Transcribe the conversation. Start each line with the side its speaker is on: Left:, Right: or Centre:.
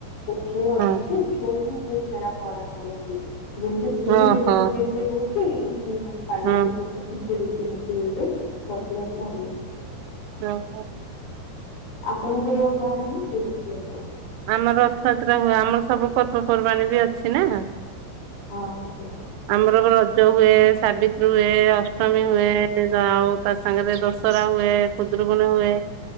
Left: ତ ଝିଅ ଅଛନ୍ତି।
Right: ହଁ
Left: ହିଁ ଏବେ ଛେରା ପହଁରା କରନ୍ତି ଯେମିତି ପୁରୀରେ
Right: ଓହୋ
Left: ଏତେ ନିର୍ଜୟ ହଉଛି ଏଇଠି ମାନେ କାଲି
Right: ହଁ
Left: <unintelligible> କିମିତି ରତିନିତି ହେଇକି ରଥଯାତ୍ରା ହୁଏ।
Right: ହଁ ହ।
Left: ଆପଣଙ୍କର ଗାଁ ରେ ହଉଛି ରଥ ଯାତ୍ରା।
Right: ଆମର ରଥଯାତ୍ରା ହୁଏ ଆମର ସବୁ ପର୍ବପର୍ବାଣୀ ବି ଅଛି ନା।
Left: ହଁ ସେ।
Right: ଆମର ରଜ ହୁଏ ସାବିତ୍ରୀ ହୁଏ ଅଷ୍ଟମୀ ହୁଏ ଆଉ। ତା ସାଙ୍ଗରେ ଦଶହରା ହୁଏ ଖୁଦ୍ରକୁଣି ହୁଏ।